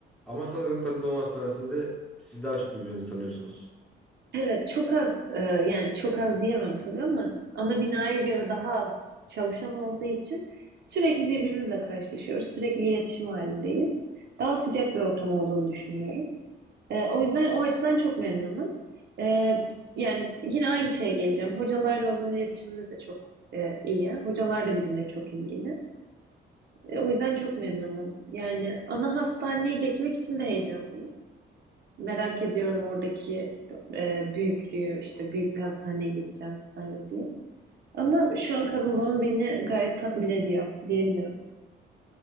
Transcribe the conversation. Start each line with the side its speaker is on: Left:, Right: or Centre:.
Centre: Ama sanırım kadın doğum hastanesinde siz daha çok birbirinizi tanıyorsunuz.
Right: Evet, çok az e, yani çok az diyemem tabii ama ana binaya göre daha az çalışan olduğu için sürekli birbirimizle karşılaşıyoruz. Sürekli iletişim halindeyiz. Daha sıcak bir ortam olduğunu düşünüyorum. Ee, o yüzden o açıdan çok memnunum. Ee, yani yine aynı şeye geleceğim. Hocalarla olan iletişimimiz de çok e, iyi. Hocalar da bizimle çok ilgili. E, o yüzden çok memnunum. Yani ana hastaneye geçmek için de heyecanlıyım. Merak ediyorum oradaki e, büyüklüğü, işte büyük bir hastaneye geçeceğim vesaire diye. Ama şu an kadın doğum beni gayet tatmin ediyor diyebilirim.